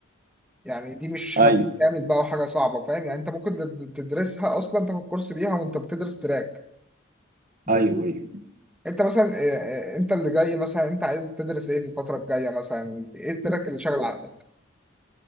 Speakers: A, in the centre; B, on the right.
A: يعني دي مش
B: ايوه
A: مجال كامل بقى وحاجة صعبة فاهم يعني انت ممكن تد- تدرسها اصلا تاخد كورس ليها وانت بتدرس تراك
B: ايوه
A: انت فا-
B: ايوه
A: انت مثلا إيه- إيه- انت اللي جاي مثلا انت عايز تدرس ايه في الفترة الجاية مثلا ايه التراك اللي شاغل عقلك